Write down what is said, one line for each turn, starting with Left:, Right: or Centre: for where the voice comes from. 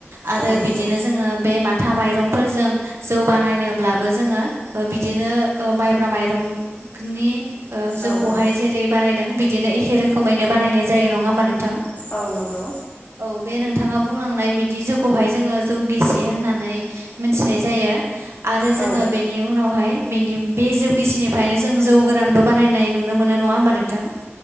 Right: आरो
Left: औ नंगौ
Right: बिदिनो जोङो बे माथा माइरंफोरजों जौ बानायनोब्लाबो जोङो बिदिनो ओ माइब्रा माइरंनि ओ जौखौहाय
Left: औ औ
Right: जेरै बानायदों बिदिनो एखे रोखोमैनो बानायनाय जायो नङा होमबा नोंथां?
Left: औ नंगौ
Right: औ बे नोंथाङा बुंलांनाय बिदि जौ खौहाय जोङो जौ गिसि होननानै मिथिनाय जायो। आरो
Left: औ
Right: जोङो बेनि उनावहाय बेनि बे जौ गिसिनिफ्रायनो जों जौ गोरानबो बानायनाय नुनो मोनो नङा होमबा नोंथां?